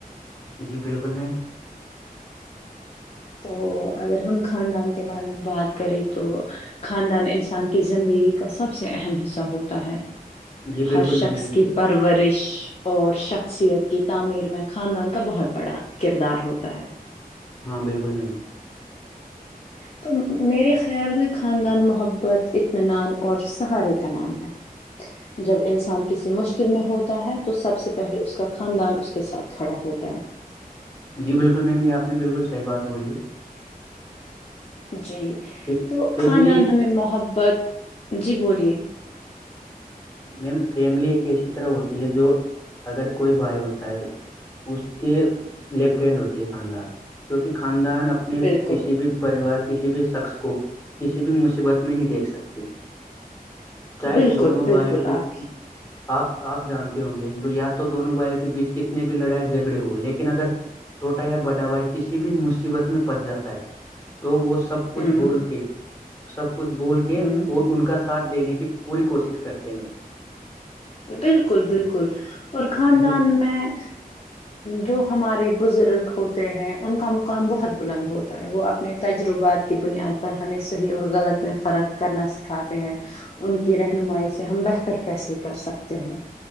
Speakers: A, on the left; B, on the left.
A: جی بالکل بھی
B: تو اگر ہم خاندان کے بارے میں بات کریں تو خاندان انسان کی زندگی کا سب سے اہم حصہ ہوتا ہے
A: جی بالکل
B: ہر شخص
A: میم بالکل
B: کی پر پرورش اور شخصیت کی تعمیر میں خاندان کا بہت بڑا کردار ہوتا ہے
A: ہاں بالکل میم
B: تو میرے خیال میں خاندان محبت اطمینان اور سہارے کا نام ہے <inaudible> جب انسان کسی مشکل میں ہوتا ہے تو سب سے پہلے اس کا خاندان اس کے ساتھ کھڑا ہوتا ہے
A: جی بالکل میم یہ آپ نے بالکل صحیح بات بولی ہے
B: جی
A: ہے
B: تو
A: فیملی
B: خاندان ہمیں محبت جی بولیے
A: میم فیملی ایک ایسی طرح ہوتی ہے جو اگر کوئی بھائی ہوتا ہے اس کے لیفٹ ہینڈ ہوتی ہے خاندان کیکہ خاندان اپ اپنے
B: بالکل
A: کسی بھی پریوار کسی بھی شخص کو کسی بھی مصیبت میں نہیں دیکھ سکتی چاہے
B: بالکل
A: دونوں
B: بالکل
A: بھائیوں کے
B: <inaudible>
A: آپ آپ جانتے ہوں گے یا تو دونوں بھائیوں کے بیچ کتنے بھی لڑائی جھگڑے ہو لیکن اگر چھوٹا یا بڑا بھائی کسی بھی مصیبت میں پنس جاتا ہے تو وہ سب کچھ
B: ہوں
A: بول کے سب کچھ بول کے
B: ہوں
A: اور ان کا ساتھ دینے کی پوری کوشش کرتے میں
B: بالکل بالکل اور خاندان
A: میم
B: میں جو ہمارے بزرگ ہوتے ہیں ان کا مقام بہت بلند ہوتا ہے وہ اپنے تجربات کی بنیاد پر ہمیں صحیح اور غلط میں فرق کرنا سکھاتے ہیں ان کی رہنمائی سے ہم بہتر فیصلے کر سکتے ہیں